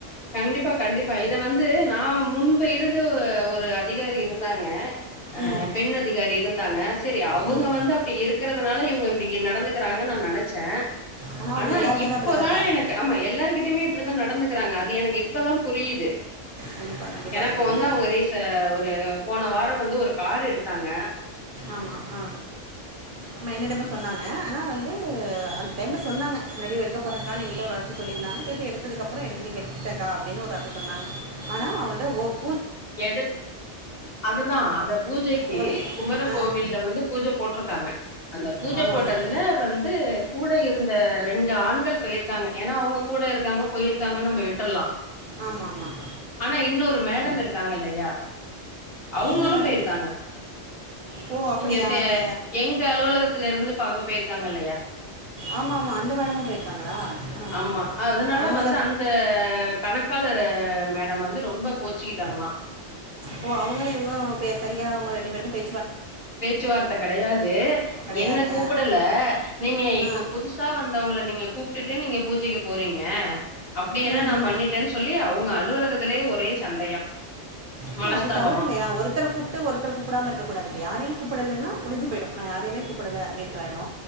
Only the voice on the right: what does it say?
ம்
ம்
ஆனால் அவங்க
எல்லாரிடமே
அப்படி தான்
இருக்காங்க
கண்டிப்பாக கண்டிப்பாக
தோழிங்களா
ஆமா ஆ ஆமா என்னிடமே சொன்னாங்க ஆனா வந்து அந்த டைம்ல சொன்னாங்க முன்னாடி எடுக்க போறங்க்கானு எங்கிட்ட ஒரு வார்த்த சொல்லிருந்தாங்னா திருப்பி எடுத்ததுக்கப்பறோ <unintelligible> இன்னிக் எடுத்துட்டக்கா அப்படினு ஒரு வார்த்த சொன்னாங்க ஆனா அவரோட ஓப்
உங்களை
ஆ
ஆமாம்
ஆமாம்
ஆமாம் ஆமாம்
என்ன மேடம்
ஓ அப்படியா
அந்த
ஆமாம் ஆமாம் அந்த மேடமும் போயிருக்காங்களா ஆ
அவங்கள
ஓ அவங்களு இவங்களு பே சரியா அவுங்க ரெண்டு பேருக்கு பே
கிடையாது
ஆ
ஆ
ம்
ம்
இல்ல
அது தவறில்லயா ஒருத்தர கூப்ட்டு ஒருத்தர கூப்படாம இருக்க கூடாது யாரையு கூப்புடலனா முடிஞ்சு போயிடு நா யாரைமே கூப்படல அப்டின்றாய்டு